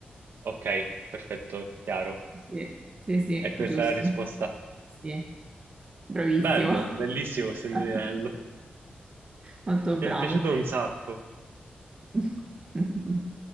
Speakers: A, on the right; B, on the right.
A: ok, perfetto, chiaro.
B: Sì, sì, sì,
A: E questa
B: giusto.
A: è la risposta.
B: Sì, bravissimo.
A: Bello, bellissimo questo indovinello.
B: <laughs> Molto
A: Mi
B: bravo.
A: è piaciuto un sacco.
B: <laughs>